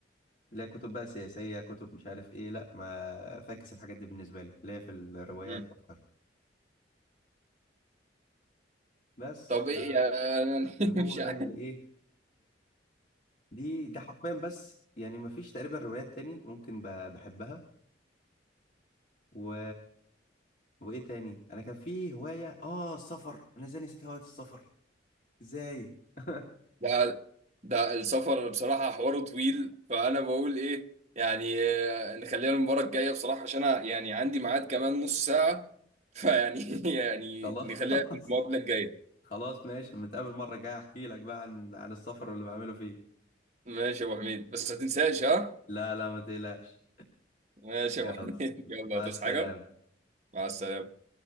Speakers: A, on the left; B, on the right.
A: اللي هي كتب بقى سياسيه كتب مش عارف ايه لا ما فاكس الحاجات دي بالنسبه لي اللي هي في الروايات
B: امم
A: اكتر بس
B: طب ايه
A: ف-
B: يعني <laughs>
A: هو
B: مش
A: ده
B: عارف
A: اللي ايه دي دي حرفيا بس يعني ما فيش تقريبا روايات تاني ممكن ب- بحبها و وايه تاني انا كان في هوايه اه السفر انا ازاي نسيت هوايه السفر ازاي <laughs>
B: ده ده السفر بصراحة حواره طويل فأنا بقول إيه يعني آه، نخليها المباراة الجاية بصراحة عشان أنا يعني عندي ميعاد كمان نص ساعة فيعني <laughs> يعني
A: خلاص
B: نخليها في المقابلة الجاية
A: خلاص ماشي نتقابل مرة جاية احكي لك بقى عن عن السفر واللي بعمله فيه
B: ماشي يا أبو حميد بس ما تنساش ها
A: لا لا ما تقلقش
B: ماشي يا
A: يلا
B: أبو حميد <laughs> يلا
A: مع
B: تصحى
A: السلامة
B: حاجة مع السلامة